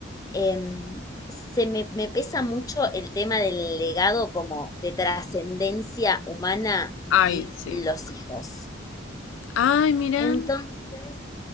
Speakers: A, on the left; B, on the left.
A: em, se me, me pesa mucho el tema del legado como de trascendencia humana
B: Ay,
A: y
B: sí.
A: los hijos.
B: Ay, mira.
A: Entonces,